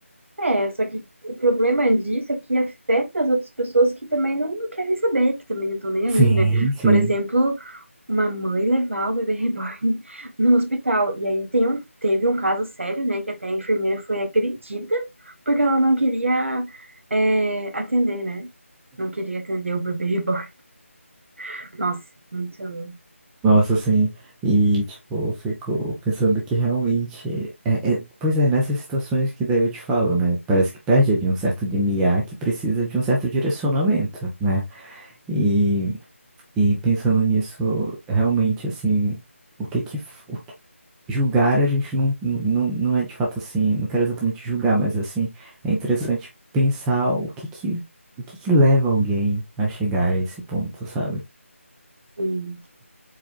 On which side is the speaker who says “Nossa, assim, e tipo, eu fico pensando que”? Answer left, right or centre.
Centre